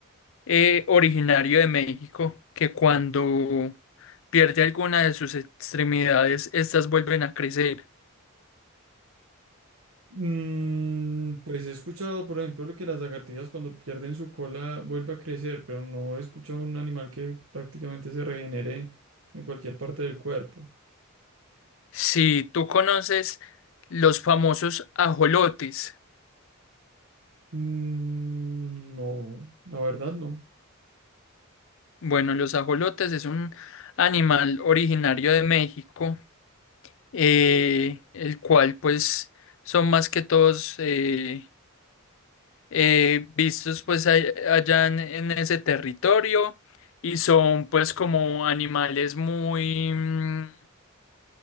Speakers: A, on the left; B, on the right.
A: eh, originario de México, que cuando pierde alguna de sus extremidades, estas vuelven a crecer.
B: Mm, pues he escuchado, por ejemplo, lo que las lagartijas cuando pierden su cola vuelve a crecer, pero no he escuchado un animal que prácticamente se regenere en cualquier parte del cuerpo.
A: Si tú conoces los famosos ajolotes,
B: Mm, no, la verdad no.
A: bueno, los ajolotes es un animal originario de México, eh, el cual pues son más que todos eh, eh, vistos pues a- allá en, en ese territorio y son pues como animales muy... mm,